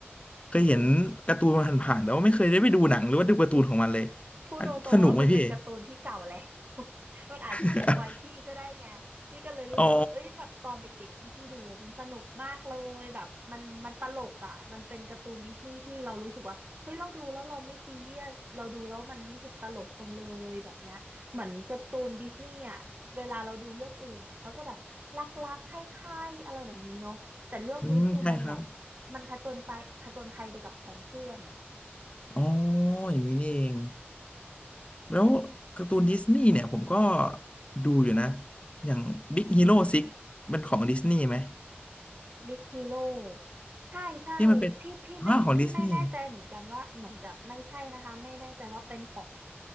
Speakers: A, on the left; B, on the right.
A: เคยเห็นการ์ตูนมันผ่านๆแต่ว่าไม่เคยได้ไปดูหนังหรือว่าดูการ์ตูนของมันเลย
B: พูดตรงๆว่ามันเป็นการ์ตูนที่เก่าแล้ว
A: อันสนุกไหมพี่
B: <laughs> มันอาจจะเป็นวัยพี่ก็ได้ไงพี่ก็เลยรู้สึกว่าเอ้ยแบบตอนเด็กๆที่พี่ดูอะมันสนุกมากเลยแบบมันมันตลกอ่ะ
A: <laughs> อ๋อ
B: มันเป็นการ์ตูนดิสนีย์ที่เรารู้สึกว่าเฮ้ยเราดูแล้วเราไม่ซีเรียสเราดูแล้วมันรู้สึกตลกจังเลยแบบเนี้ยเหมือนการ์ตูนดิสนีย์อ่ะ เวลาเราดูเรื่องอื่นอ่ะเขาจะแบบรักๆใคล้ายๆอะไรแบบนี้เนาะแต่เรื่องนี้คือมันแบบ
A: อืมใช่ครับ
B: มันผจญไปผจญภัยไปกับพ้องเพื่อนอ่ะ
A: อ๋ออย่างนี้นี่เองแล้วการ์ตูนดิสนีย์เนี่ยผมก็ดูอยู่นะอย่าง Big Hero 6เป็นของดิสนีย์ไหม
B: บิ๊กฮีโร่ใช่ใช่พี่พี่ไม่พี่ไม่แน่ใจเหมือนกันว่าเหมือนจะไม่ใช่นะคะไม่แน่ใจว่าเป็นของ
A: ที่มันเป็นอ่าของดิสนีย์